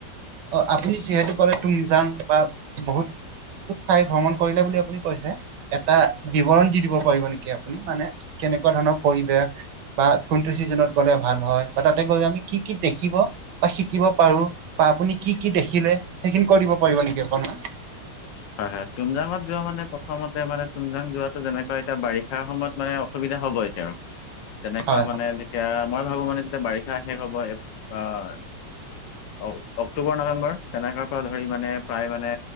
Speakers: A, on the right; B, on the left.
A: অহ আপুনি যিহেতু কৰে তুমজাং বা বহুত ঠাই ভ্ৰমণ কৰিলে বুলি আপুনি কৈছে এটা বিৱৰণ দি দিব পাৰিব নেকি। আপুনি মানে কেনেকুৱা ধৰণৰ পৰিবেশ বা কোনটো চিজনত গ'লে ভাল হয় বা তাতে গৈ আমি। কি কি দেখিব বা শিকিব পাৰো বা আপুনি কি কি দেখিলে সেইখিনি কৈ দিব পাৰিব নেকি অকনমান
B: হয় হয় তুমজাঙত যোৱা মানে প্ৰথমতে মানে তুমঝাং যোৱাটো যেনেকুৱা এতিয়া বাৰিষাৰ সময়ত মানে অসুবিধা হ'ব এতিয়া আৰু তেনেকুৱা
A: হয়
B: মানে যেতিয়া মই ভাবো মানে যেতিয়া বাৰি। শিক্ষা শেষ হ'ব এ আহ অ অ। অক্টোবৰ নৱেম্বৰ তেনেকুৱ পৰা ধৰি মানে প্ৰায় মানে